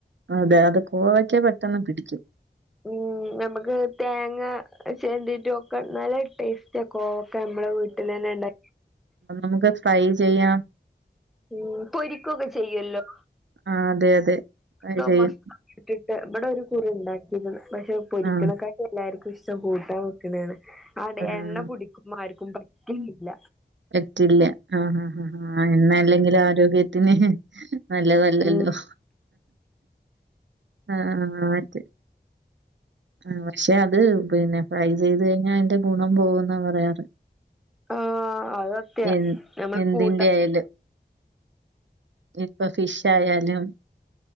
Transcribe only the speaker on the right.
അതെ അത് കോവയ്ക്ക പെട്ടെന്ന് പിടിക്കും
ആഹ് നമുക്ക് ഫ്രൈ ചെയ്യാം
ആഹ് അതെ അതെ ഫ്രൈ
ചെയ്യും
ആ
ആ
പറ്റില്ല ആഹ് എണ്ണ അല്ലെങ്കിലും ആരോഗ്യത്തിന് നല്ലതല്ലല്ലോ
ആഹ് മറ്റേ ആഹ് പക്ഷെ അത് പിന്നെ ഫ്രൈ ചെയ്ത് കഴിഞ്ഞാൽ അതിന്റെ ഗുണം പോവെന്നാ പറയാറ്
ഏഹ്
എന്തിന്റെ
ആയാലും ഇപ്പൊ ഫിഷ് ആയാലും